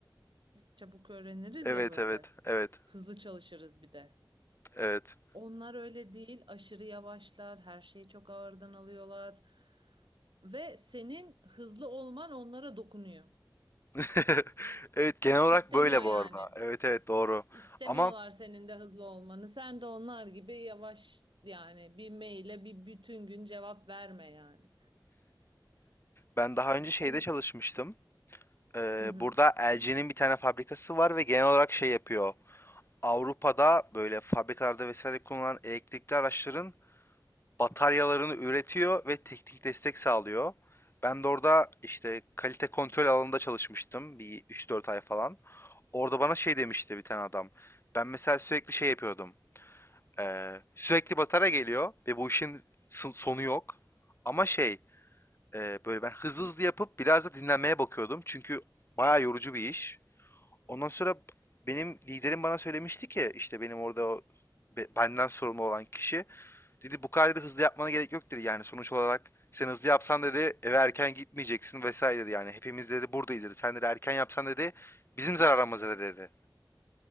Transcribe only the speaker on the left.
Evet
evet evet
evet.
<laughs> Evet genel olarak
böyle
bu arada. Evet evet doğru.
Ama
ben daha önce şeyde
çalışmıştım. Ee,
burada LG'nin bir tane fabrikası var ve genel olarak şey yapıyor. Avrupa'da böyle fabrikalarda vesaire kullanılan elektrikli araçların bataryalarını üretiyor ve teknik destek sağlıyor. Ben de orada işte kalite kontrol alanında çalışmıştım bir üç dört ay falan. Orada bana şey demişti bir tane adam. Ben mesela sürekli şey yapıyordum. Eee, sürekli batarya geliyor ve bu işin sın- sonu yok. Ama şey eee, böyle ben hızlı hızlı yapıp biraz da dinlenmeye bakıyordum. Çünkü bayağı yorucu bir iş. Ondan sonra benim liderim bana söylemişti ki işte benim orada o be- benden sorumlu olan kişi Dedi bu kadar dedi, hızlı yapmana gerek yok dedi yani sonuç olarak sen hızlı yapsan dedi eve erken gitmeyeceksin vesaire dedi yani hepimiz dedi buradayız dedi sen dedi erken yapsan dedi bizim zararımıza dedi.